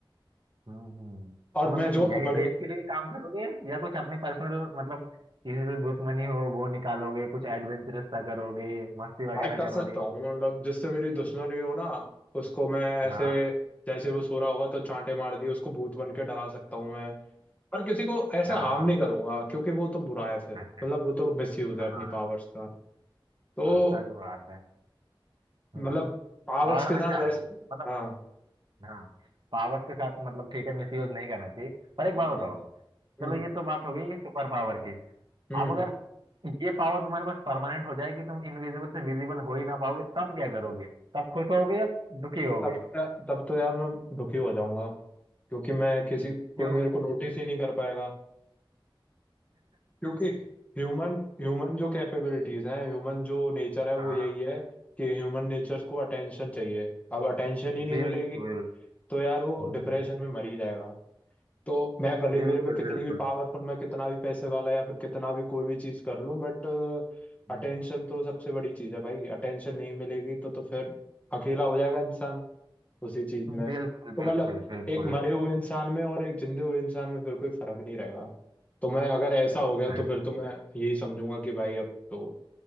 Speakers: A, on the right; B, on the left.
A: हम्म हम्म।
B: और
A: तो
B: मैं
A: मतलब
B: जो
A: यही
B: बड़े
A: देश के लिए ही काम करोगे या कुछ अपने पर्सनल मतलब किसी से दुश्मनी हो वो निकालोगे कुछ एडवेंचरस सा करोगे मस्ती वगैरह
B: भाई कर
A: करोगे
B: सकता हूँ मतलब जिससे मेरी दुश्मनी हो ना उसको मैं
A: हाँ
B: ऐसे जैसे वो सो रहा होगा तो चांटे मार दिए उसको भूत बन के डरा सकता हूँ मैं पर किसी को ऐसे
A: हाँ
B: हार्म नहीं करूंगा क्योंकि वो तो बुरा है फिर
A: अच्छा
B: मतलब वो तो मिसयूज है
A: हाँ
B: अपनी पावर्स का तो
A: हाँ सच बात है हम्म
B: मतलब पावर्स
A: और
B: के
A: अच्छा
B: साथ ऐसे
A: मतलब
B: हाँ
A: हाँ पावर्स के साथ मतलब ठीक है मिसयूज नहीं करना चाहिए पर एक बात
B: हम्म
A: बताओ
B: हम्म
A: चलो ये तो बात हो गई ये सुपर पावर की
B: हम्म।
A: अब अगर ये पावर तुम्हारे पास परमानेंट हो जाए कि तुम इनविजिबल से विजिबल हो ही ना पाओगे तब क्या करोगे तब खुश होगे या दुखी होगे
B: तब तो तब तो यार मैं दुखी हो जाऊंगा क्योंकि मैं किसी
A: क्यों
B: कोई मेरे को नोटिस ही नहीं कर पाएगा क्योंकि ह्यूमन ह्यूमन जो कैपेबिलिटीज हैं ह्यूमन जो नेचर है वो
A: हाँ
B: यही है कि ह्यूमन नेचर को अटेंशन चाहिए अब अटेंशन ही नहीं
A: बिल्कुल
B: मिलेगी तो यार वो
A: हम्म,
B: डिप्रेशन में मर ही जाएगा तो मैं भले ही
A: बिल्कुल
B: मेरे पे कितनी
A: बिल्कुल
B: भी पावरफुल मैं कितना भी पैसे वाला या फिर कितना भी कोई भी चीज कर लूं बट
A: हम्म,
B: अटेंशन तो सबसे बड़ी चीज है भाई अटेंशन नहीं मिलेगी तो तो फिर अकेला हो जाएगा इंसान उसी चीज में
A: बिल्कुल
B: तो
A: बिल्कुल
B: मतलब
A: बिल्कुल
B: एक मरे हुए इंसान में और एक जिंदे हुए इंसान में फिर कोई फर्क नहीं रहेगा तो मैं अगर ऐसा हो गया
A: अच्छा
B: तो फिर तो मैं यही समझूंगा कि भाई अब तो